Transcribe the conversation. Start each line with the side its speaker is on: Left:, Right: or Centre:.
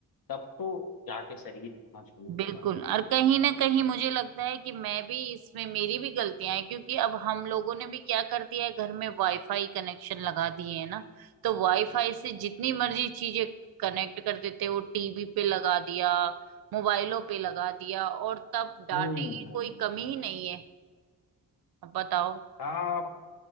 Left: तब तो जाके शरीर मजबूत
Right: बिल्कुल
Left: होगा
Right: और कहीं ना कहीं मुझे लगता है कि मैं भी इसमें मेरी भी गलतियां हैं क्योंकि अब हम लोगों ने भी क्या कर दिया है घर में वाईफाई कनेक्शन लगा दिए है ना तो वाईफाई से जितनी मर्जी चीजें कनेक्ट कर देते हैं, वो टीवी पे लगा दिया मोबाइलों पे लगा दिया और तब डाटे
Left: हम्म
Right: की
Left: हम्म।
Right: कोई कमी ही नहीं है अब बताओ
Left: हाँ